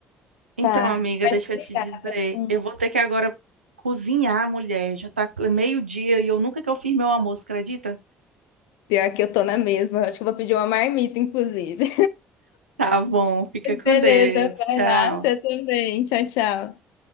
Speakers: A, on the right (about 85°); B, on the left (about 65°).
A: Então,
B: acertar.
A: amiga,
B: Mas
A: deixa
B: obrigada.
A: eu te dizer,
B: Hum.
A: eu vou ter que agora cozinhar, mulher. Já tá meio-dia e eu nunca que eu fiz meu almoço, acredita?
B: Pior que eu tô na mesma. Eu Acho que eu vou pedir uma marmita, inclusive.
A: Tá bom, fica com
B: Beleza,
A: Deus. Tchau.
B: vai lá, você também. Tchau, tchau.